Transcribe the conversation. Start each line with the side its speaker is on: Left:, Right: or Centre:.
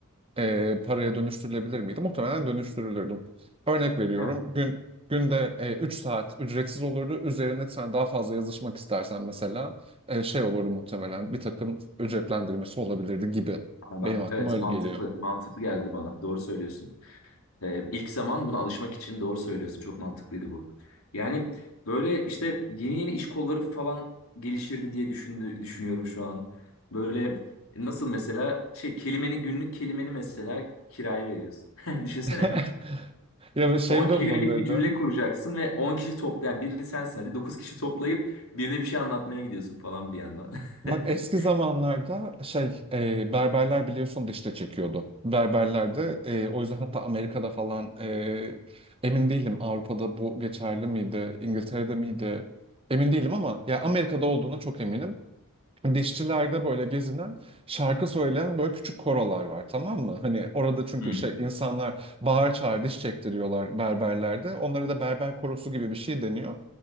Right: E, paraya dönüştürülebilir miydi? Muhtemelen dönüştürülürdü. Örnek veriyorum.
Left: Heh,
Right: Gün günde e, 3 saat ücretsiz olurdu. Üzerine sen daha fazla yazışmak istersen mesela e, şey olurdu muhtemelen. Bir takım ücretlendirmesi olabilirdi gibi.
Left: ha bak
Right: Benim aklıma
Left: evet
Right: öyle
Left: mantıklı,
Right: geliyor.
Left: mantıklı geldi bana. Doğru söylüyorsun. Ee, ilk zaman buna alışmak için doğru söylüyorsun. Çok mantıklıydı bu. Yani böyle işte yeni yeni iş kolları falan gelişirdi diye düşündü, düşünüyorum şu an. Böyle nasıl mesela şey kelimeni günlük kelimeni mesela kiraya veriyorsun. <laughs> Düşünsene.
Right: <laughs> Ya bir şey
Left: 10 kelimelik
Right: de olabilirdi.
Left: bir cümle kuracaksın ve 10 kişi topla yani biri sensin hadi 9 kişi toplayıp birine bir şey anlatmaya gidiyorsun falan bir yandan. <laughs>
Right: Bak eski zamanlarda şey e, berberler biliyorsun dişte çekiyordu. Berberlerde e, o yüzden hatta Amerika'da falan e, emin değilim Avrupa'da bu geçerli miydi, İngiltere'de miydi emin değilim ama ya Amerika'da olduğuna çok eminim dişçilerde böyle gezinen şarkı söyleyen böyle küçük korolar var tamam mı? Hani orada çünkü
Left: Hmm.
Right: şey insanlar bağır çağır diş çektiriyorlar berberlerde. Onlara da berber korosu gibi bir şey deniyor.